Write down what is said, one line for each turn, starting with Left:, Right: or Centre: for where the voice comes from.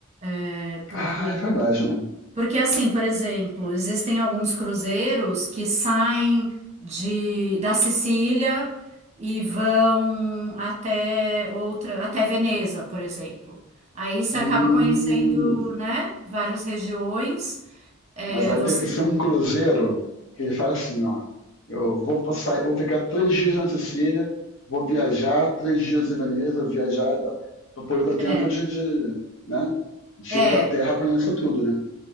Right: é, porque,
Left: Ah, é verdade, né?
Right: porque assim, por exemplo, existem alguns cruzeiros que saem de, da Sicília e vão até outra, até Veneza, por exemplo. Aí você
Left: Hum.
Right: acaba conhecendo, né, várias regiões. É,
Left: Mas aí
Right: você.
Left: tem que ser um cruzeiro que ele fala assim, ó. Eu vou passar, eu vou ficar três dias na Sicília, vou viajar três dias em Veneza, viajar para poder dar tempo
Right: É,
Left: de, de, né, de
Right: é,
Left: ir para a Terra conhecer tudo, né?